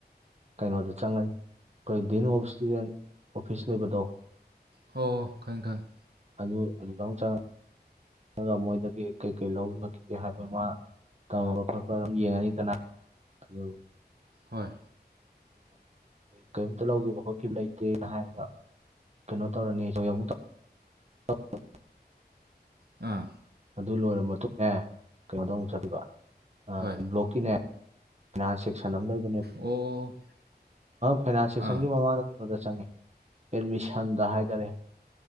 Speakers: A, on the right; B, on the right.
A: ꯀꯩꯅꯣꯗ ꯆꯪꯉꯅꯤ ꯑꯩꯈꯣꯏ ꯗꯤꯟ ꯑꯣꯞ ꯏꯁꯇꯨꯗꯦꯟ ꯑꯣꯐꯤꯁ ꯂꯩꯕꯗꯣ
B: ꯍꯣ ꯍꯣ ꯈꯪꯉꯦ ꯈꯪꯉꯦ
A: ꯑꯗꯨ ꯑꯗꯨꯗ ꯑꯃꯨꯛ ꯆꯪ ꯆꯪꯑꯒ ꯃꯣꯏꯗꯒꯤ ꯀꯩꯀꯩ ꯂꯧꯈꯤꯕ ꯀꯩꯒꯩ ꯍꯥꯏꯕ ꯑꯃ ꯇꯝꯃꯒ ꯈꯣꯠꯄ ꯑꯗꯨꯝ ꯌꯦꯡꯉꯅꯤꯗꯅ ꯍꯥꯜꯂꯣ
B: ꯍꯣꯏ
A: ꯀꯔꯤꯝꯇ ꯂꯧꯈꯤꯕ ꯈꯣꯠꯈꯤꯕ ꯂꯩꯇꯦꯅ ꯍꯥꯏꯔꯒ ꯀꯩꯅꯣ ꯇꯧꯔꯅꯤ ꯑꯩꯈꯣꯏ ꯑꯃꯨ <inaudible>
B: ꯑꯥ
A: ꯑꯗꯨ ꯂꯣꯏꯔꯕ ꯃꯇꯨꯡꯅꯦ ꯀꯩꯅꯣꯗꯧꯨꯛ ꯆꯠꯕ
B: ꯍꯣꯏ
A: ꯏꯕ꯭ꯂꯣꯛꯀꯤꯅꯦ ꯅꯥꯤꯛꯅ ꯑꯃ ꯂꯩ
B: ꯑꯣ
A: ꯐꯥꯏꯅꯥꯟ ꯁꯁꯟꯒꯤ
B: ꯑꯥ
A: ꯃꯃꯥꯡꯗ ꯀꯩꯅꯣꯗ ꯆꯪꯉꯦ ꯑꯦꯗꯃꯤꯁꯟꯗ ꯍꯥꯏꯇꯥꯔꯦ